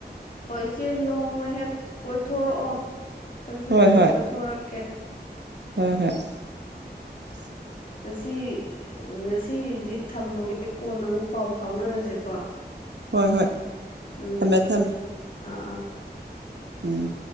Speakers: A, on the left; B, on the right.
A: ꯍꯣꯏ ꯏꯆꯦ ꯅꯣꯡꯃ ꯍꯦꯛ ꯀꯣꯏꯊꯣꯔꯛꯑꯣ ꯑꯩꯈꯣꯏꯁꯨ
B: ꯍꯣꯏ
A: ꯑꯗꯨꯝ
B: ꯍꯣꯏ
A: ꯀꯣꯏꯊꯣꯔꯛꯀꯦ
B: ꯍꯣꯏ ꯍꯣꯏ <inaudible> <unintelligible>
A: ꯑꯁꯤꯁꯤ ꯉꯁꯤꯗꯤ ꯊꯝꯃꯒꯦ ꯀꯣꯟꯅ ꯑꯃꯨꯛ ꯄꯥꯎ ꯐꯥꯎꯅꯔꯁꯦꯀꯣ
B: ꯍꯣꯏ ꯍꯣꯏ
A: ꯎꯝ
B: ꯊꯝꯃꯦ ꯊꯝꯃꯦ
A: ꯑꯥ ꯑꯥ
B: ꯎꯝ